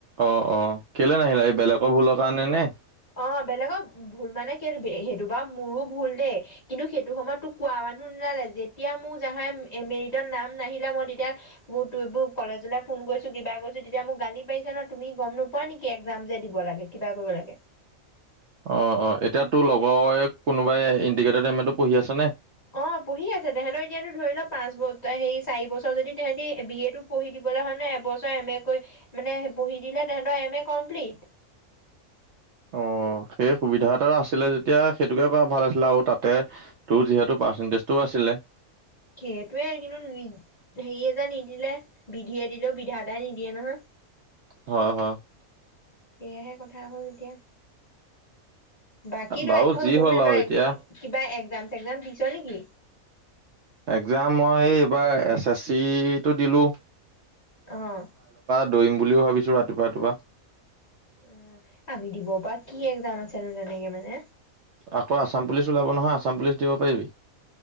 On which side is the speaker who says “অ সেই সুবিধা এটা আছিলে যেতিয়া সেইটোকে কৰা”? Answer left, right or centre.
Right